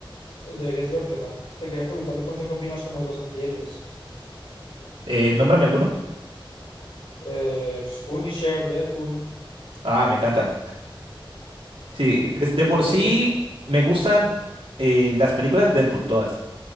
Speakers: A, on the left; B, on the right.
A: deberías vértela. Te quería preguntar de pronto qué opinas como de los antihéroes.
B: Eh, nómbrame alguno.
A: Eh, pues, Punisher, Deadpool,
B: Ah, me encantan. Sí, pues, de por
A: ¿qué te
B: sí
A: has visto?
B: me gustan eh, las películas Deadpool, todas.